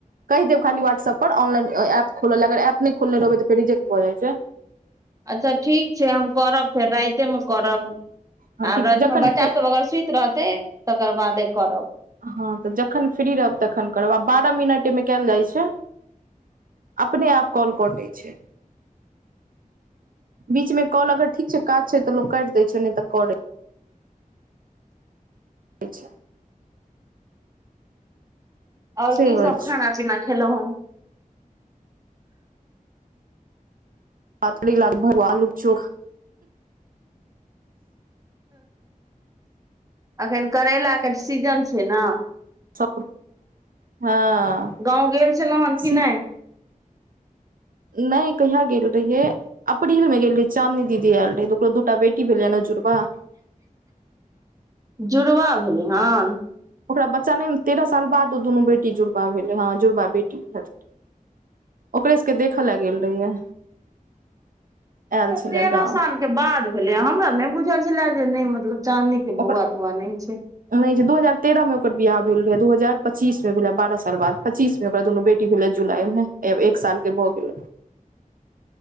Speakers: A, on the right; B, on the right.
A: कहि देब, खाली व्हाट्सऐप पर ऑनलाइन एप खोलने रहबै। अगर एप नहि खोलने रहबै तऽ फेर रिजेक्ट भऽ जाइ छै।
B: अच्छा ठीक छै। हम करब फेर रातिे मे करब
A: हँ ठीक
B: आब रातिमे
A: जखन
B: बच्चा
A: फेर
B: सभ अगर सुति रहतै तकर बादे करब।
A: हँ तऽ जखन फ्री रहब तखन करब आब बारह मिनट एमे कयल जाइ छै। अपने आप कॉल कटै छै। बीच मे काॅल अगर ठीक छै काज छै तऽ लो काटि दे छै ने तऽ कलै अच्छा
B: आओर
A: से
B: की
A: होइ
B: सभ खाना पीना खेलहुं हन
A: पातली लागभग <unintelligible> आलूक चोखा
B: एखन करैलाके सीजन छै ना
A: सब हँ
B: गाँव गेल छलहुँ हन की
A: सिम
B: नहि?
A: नहि कहिया गेल रहियै अप्रैलमे गेल रहियै, चाँदनी दीदी एलआर रहै। ओकरो दुइटा बेटी भेलै, नहि जुड़वा।
B: जुड़वा भेलै हन
A: ओकरा बच्चा नहि भेलै ने, तेरह साल बाद ओ दुनू बेटी भेलै। हँ, जुड़वा बेटी भेलै। ओकरे सभके देखऽ ले गेल रहियै आयल छलै
B: तेरह
A: गाम
B: सालके बाद भेलै। हमरा नहि बुझल छलै जे, मतलब चाँदनीक।
A: ओकर
B: बउआ तउआ नहि छै
A: नहि, दू हजार तेह्रमे ओकर बियाह भेल रहै आ दू हजार पच्चीसमे बच्चा भेलै, बारह साल बाद, पच्चीसमे। ओकरा दुनू बेटी भेलै, जुलाईमे एक सालके भऽ गेलै।